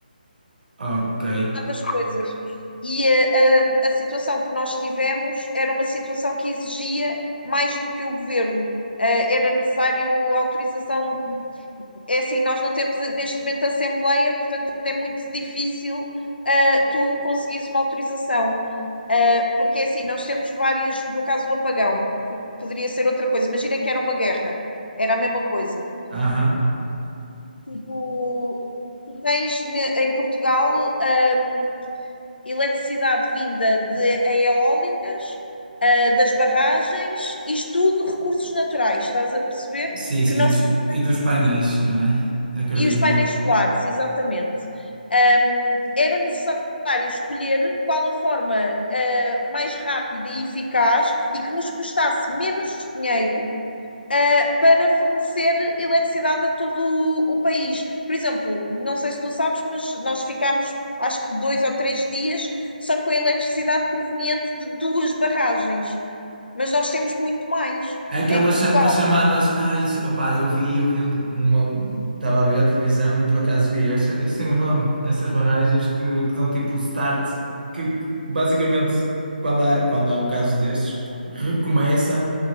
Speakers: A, on the right; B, on the left.
A: Ok.
B: das coisas. E a, a- a situação que nós tivemos era uma situação que exigia mais do que o governo. Eh, era necessário autorização. É assim, nós não temos neste momento assembleia, portanto é muito difícil, eh, tu conseguires uma autorização. Uh, porque é assim, nós temos várias, no caso do apagão, porque poderia ser outra coisa. Imagina que era uma guerra, era a mesma coisa.
A: Aham.
B: Tipo, tu tens ne- em Portugal hum, eletricidade vinda de eólicas, ah, das barragens, isto tudo recursos naturais, estás a perceber?
A: Sim, sim.
B: Que não
A: E
B: precisamos
A: dos e dos
B: de
A: painéis,
B: mais.
A: não é? Acredito
B: E os painéis
A: eu.
B: solares, exatamente. Hum, era necessário escolher qual a forma ah, mais rápida e eficaz e que nos custasse menos dinheiro eh, para fornecer eletricidade a todo o, o país. Por exemplo, não sei se tu sabes, mas nós ficámos acho que dois ou três dias só com a eletricidade proveniente de duas barragens. Mas nós temos muito mais
A: É Aquelas
B: em Portugal.
A: cha- as chamadas. Ah, isso, opá, eu vi, eu vi um- uma. Estava a ver a televisão e por acaso vi. Essa- Isso tem um nome, essas barragens que, que dão tipo start, que, que basicamente quando há, quando há um caso destes, recomeçam